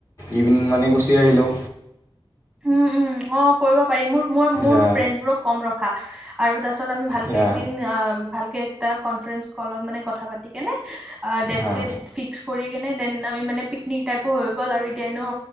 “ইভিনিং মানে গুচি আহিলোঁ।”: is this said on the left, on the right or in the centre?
Left